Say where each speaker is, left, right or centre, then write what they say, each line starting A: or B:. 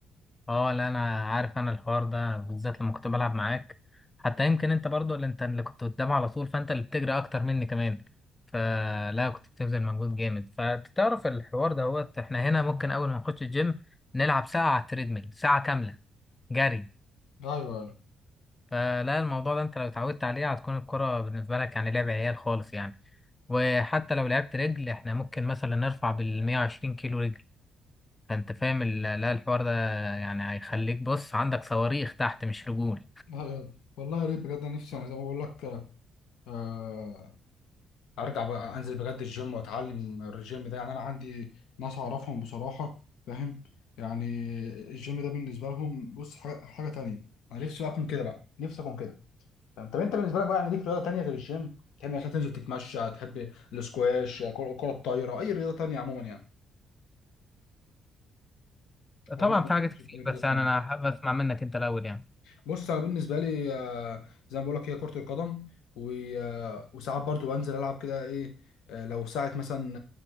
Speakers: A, on the left (about 20°); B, on the left (about 85°).
A: اه لا انا عارف انا الحوار ده بالذات لما كنت بلعب معاك حتى يمكن انت برضو اللي انت اللي كنت قدام على طول فانت اللي بتجري اكتر مني كمان فلا كنت بتبذل مجهود جامد فتعرف الحوار ده هو احنا هنا ممكن اول ما نخش الجيم نلعب ساعة على التريدميل ساعة كاملة جري
B: ايوه ايوه
A: فلا الموضوع ده انت لو اتعودت عليه هتكون الكرة بالنسبة لك يعني لعب عيال خالص يعني وحتى لو لعبت رجل احنا ممكن مثلا نرفع بال 120 كيلو رجل فانت فاهم ال- لا الحوار ده يعني هيخليك بص عندك صواريخ تحت مش رجول
B: أيوة. والله يا ريت بجد أنا نفسي يعني زي ما بقول لك آه ارجع بقى انزل بجد الجيم واتعلم الجيم ده يعني انا عندي ناس اعرفهم بصراحه فاهم يعني الجيم ده بالنسبه لهم بص حاجه حاجة تانية انا نفسي بقى اكون كده بقى نفسي اكون كده فاهم؟ طب انت بالنسبه لك بقى يعني ليك رياضه تانية غير الجيم تحب عشان تنزل تتمشى تحب الاسكواش كرة كرة الطايره اي رياضه تانية عموما يعني ولا
A: طبعا
B: انت
A: في حاجات
B: بتشوف
A: كتير
B: اي رياضه
A: بس
B: تانية
A: يعني انا حابب اسمع منك انت الاول يعني
B: بص انا بالنسبه لي آه، زي ما بقول لك هي كره القدم و... آه، وساعات برضو بنزل العب كده ايه آه، لو ساعه مثلا